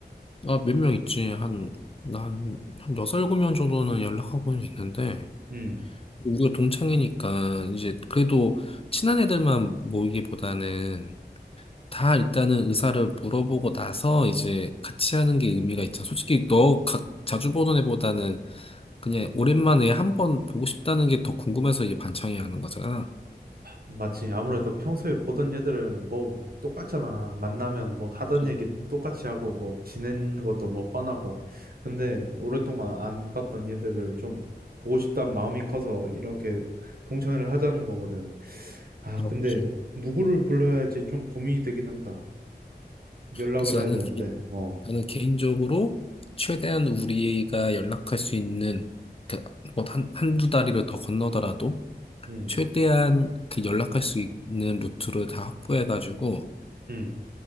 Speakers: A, on the left (about 35°); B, on the right (about 60°).
A: 아, 몇 명 있지. 한, 난한 여섯, 일곱 명 정도는 연락하고는 있는데
B: 응.
A: 우리가 동창이니까 이제 그래도 친한 애들만 모이기보다는 다 일단은 의사를 물어보고 나서 이제 같이 하는 게 의미가 있잖아. 솔직히 너 각, 자주 보던 애보다는 그냥 오랜만에 한 번 보고 싶다는 게 더 궁금해서 이게 반창이 하는 거잖아.
B: 맞지. 아무래도 평소에 보던 애들은 뭐 똑같잖아. 만나면 뭐 하던
A: 그치.
B: 얘기 똑같이 하고 뭐 지낸 것도 뭐 뻔하고. 근데 오랫동안 안 봤던 애들을 좀 보고 싶다는 마음이 커서 이렇게 동창회를 하자는 거거든. 아,
A: 어,
B: 근데
A: 그치.
B: 누구를 불러야 할지 좀 고민이 되긴 한다. 연락을
A: 그래서
B: 해야
A: 나는
B: 되는데.
A: 개인-
B: 어.
A: 나는 개인적으로 최대한 우리가 연락할 수 있는 그뭐 한, 한두 다리를 더 건너더라도
B: 음.
A: 최대한 그 연락할 수 있는 루트를 다 확보해가지고
B: 음.